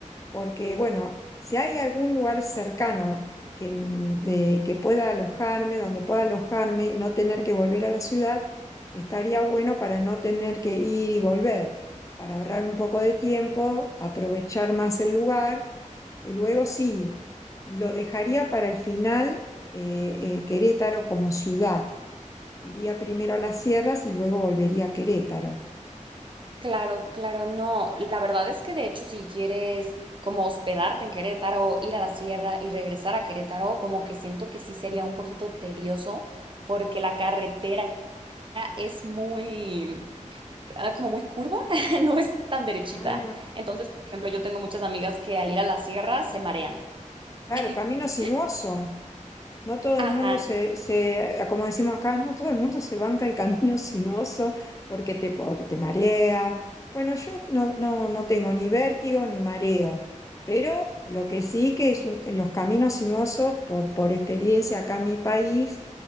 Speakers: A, on the left (about 25°); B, on the right (about 40°).
A: Porque, bueno, si hay algún lugar cercano que, mm, eh, que pueda alojarme, donde pueda alojarme y no tener que volver a la ciudad, Estaría bueno para no tener que ir y volver, para ahorrar un poco de tiempo, aprovechar más el lugar y luego sí, lo dejaría para el final eh, eh, Querétaro como ciudad. Iría primero a las sierras y luego volvería a Querétaro.
B: Claro, claro, no. La verdad es que de hecho si quieres como hospedarte en Querétaro, ir a la sierra y regresar a Querétaro, como que siento que sí sería un poquito tedioso porque la carretera es muy, ah, como muy curva, <laughs> no es tan derechita.
A: Ah,
B: Entonces, por ejemplo, yo tengo muchas amigas que al ir a la sierra se marean.
A: claro,
B: <laughs>
A: camino sinuoso. No todo
B: Ajá,
A: el mundo se, se, como decimos acá, no todo el mundo se banca el camino <laughs> sinuoso porque te, porque te marea. Bueno, yo no, no, no tengo ni vértigo ni mareo, pero lo que sí que es un- los caminos sinuosos, por, por experiencia acá en mi país,